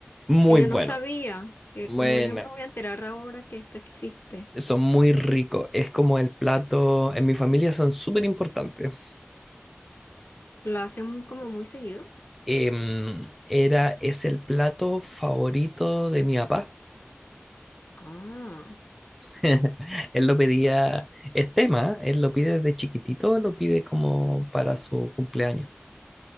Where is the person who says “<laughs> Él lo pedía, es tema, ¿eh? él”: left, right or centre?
Centre